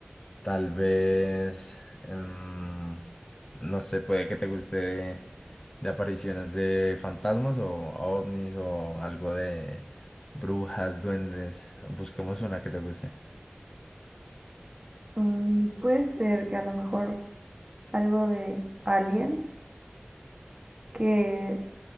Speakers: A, on the left (about 20°); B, on the right (about 25°).
A: Tal vez, em, no sé, puede que te guste de, de apariciones de fantasmas o ovnis o algo de brujas, duendes. Busquemos una que te guste.
B: Mm, puede ser que a lo mejor algo de Aliens, que